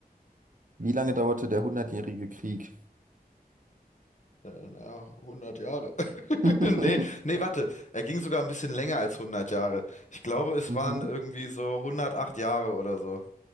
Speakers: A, on the right; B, on the left.
A: Wie lange dauerte der Hundertjährige Krieg?
B: äh, naja, 100 Jahre. <laughs>
A: <laughs>
B: Nee, nee, warte. Er ging sogar ein bisschen länger als 100 Jahre. Ich glaube, es
A: Mhm.
B: waren irgendwie so 108 Jahre oder so.